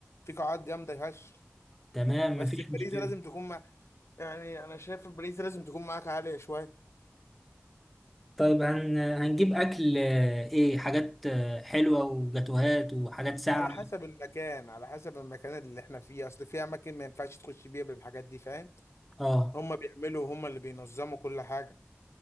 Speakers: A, on the left; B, in the centre.
A: في قاعات جامدة هش
B: تمام
A: بس
B: مفيش
A: الباريزي
B: مشكله
A: لازم تكون مع يعني انا شايف الباريزي لازم تكون معاك عالية شوية
B: طيب هن... هنجيب اكل آه، ايه حاجات آه، حلوه وجاتوهات وحاجات ساقعه
A: على حسب المكان على حسب المكان اللي احنا فيه اصل في اماكن ما ينفعش تخش بيها بالحاجات دي فاهم
B: اه
A: هم بيعملوا هم اللي بينظموا كل حاجة